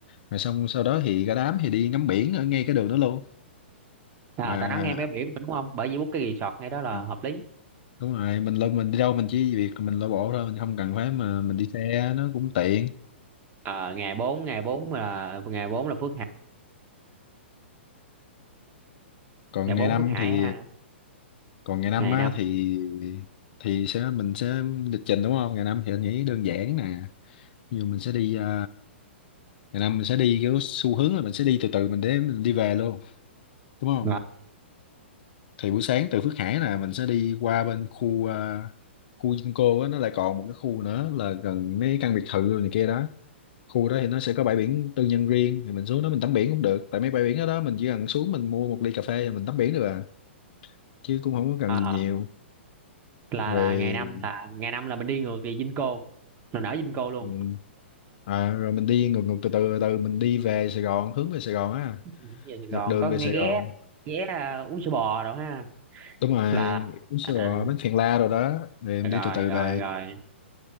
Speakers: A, on the left; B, on the right.
A: rồi xong sau đó thì cả đám thì đi ngắm biển ở ngay cái đường đó luôn
B: à,
A: mà
B: ta nói nghe mé biển mà đúng không bởi vì bút cái resort ngay đó là
A: mà-
B: hợp lý
A: đúng rồi mình lên mình đi đâu mình chỉ việc mình lội bộ thôi mình không cần phải mà mình đi xe nó cũng tiện
B: Ờ, ngày bốn ngày 4 là ngày 4 là Phước Hải
A: còn
B: ngày
A: ngày
B: 4
A: năm
B: Phước Hải
A: thì
B: ha
A: còn ngày năm
B: ngày
A: á
B: năm
A: thì thì sẽ mình sẽ lịch trình đúng không ngày năm thì anh nghĩ đơn giản nè ví dụ mình sẽ đi à, ngày năm mình sẽ đi kiểu xu hướng là mình sẽ đi từ từ mình để mình đi về luôn đúng không
B: là
A: thì buổi sáng từ Phước Hải nè mình sẽ đi qua bên khu à, khu Vinco á nó lại còn một cái khu nữa là gần mấy căn biệt thự rồi này kia đó khu đó thì nó sẽ có bãi biển tư nhân riêng thì mình xuống đó mình tắm biển cũng được tại mấy bãi biển đó, đó mình chỉ cần xuống mình mua một ly cà phê rồi mình tắm biển được à chứ cũng không có cần
B: ờ,
A: gì nhiều
B: là
A: rồi
B: là ngày 5 là ngày 5 là mình đi ngược về Vinco mình ở Vinco luôn
A: ừ, à, rồi mình đi ngược ngược từ từ từ mình đi về Sài Gòn hướng về Sài Gòn á
B: về Sài Gòn
A: dọc đường
B: có
A: về
B: nghe
A: Sài
B: ghé
A: Gòn
B: ghé ờ, uống sữa bò rồi ha
A: đúng rồi
B: là
A: uống sữa
B: à,
A: bò bánh phèn la rồi đó rồi em
B: rồi
A: đi từ từ
B: rồi
A: về
B: rồi